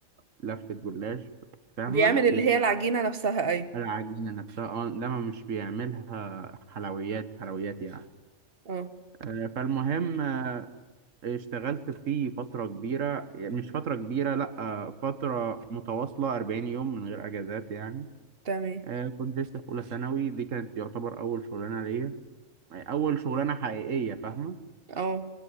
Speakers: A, on the right; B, on the right.
A: لفه جلاش فاهمه
B: بيعمل اللي هي العجينه نفسها ايوه
A: العجينة نفسها اه انما مش بيعملها حلويات حلويات يعني
B: اه
A: آه، فالمهم آه، اشتغلت فيه فترة كبيرة يعني مش فترة كبيرة لأ آه، فترة متواصلة 40 يوم من غير أجازات يعني
B: تمام
A: آه، كنت لسه في أولى ثانوي دي كانت يعتبر أول شغلانة ليا أول شغلانة حقيقية فاهمة
B: اه